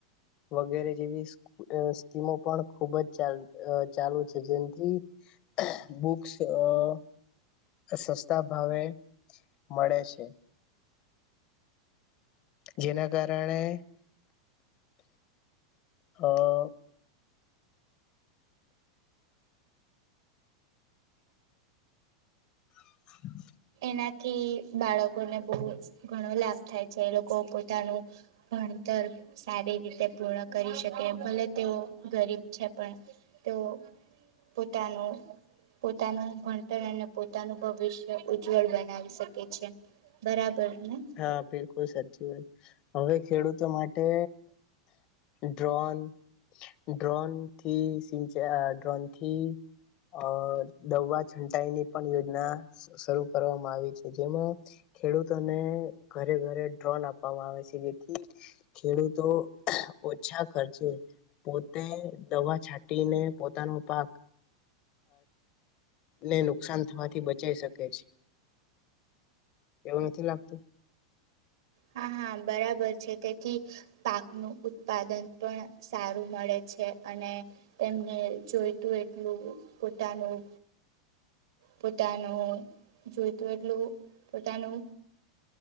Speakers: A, on the left; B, on the right.
A: વગેરે જેવી સ અહ સ્કીમો પણ ખુબ જ ચાલ અહ ચાલુ છે. જેનથી બુક્સ અહ અહ સસ્તા ભાવે મળે છે. જેના કારણે અહ <inaudible>
B: નાથી બાળકોને બહુ ઘણો લાભ થાય છે, લોકો પોતાનું ભણતર સારી રીતે પૂર્ણ કરી શકે, ભલે તેઓ ગરીબ છે, પણ તેઓ પોતાનું-પોતાનું ભણતર અને પોતાનું ભવિષ્ય ઉજ જવળ બનાવી શકે છે. બરાબર ને
A: હા બિલકુ લ સાચી વાત. હવે ખેડૂતો માટ તે ડ્રોન ડ્રોન થી સિંચાઈ ડ્રોન થી અ દવા છંટાઈની પણ યોજના શરૂ કરવામાં આવી છે જેમાં ખેડૂતોને ઘરે ઘરે ડ્રોન આપવામાં આવે છે જેથી ખેડૂતો ઓછા ખર્ચે પોતે દવા છાંટીને પોતાનો પાક ને નુકસાન થવાથી બચાઈ શકે છે એવું નથી લાગતું.
B: હા હા બરાબર છે તેથી પાકનું ઉત્પાદન પણ સારું મળે છે અને તેમને જોઈતું એટલું પોતાનું પોતાનું જોઈતું એટલું પોતાનું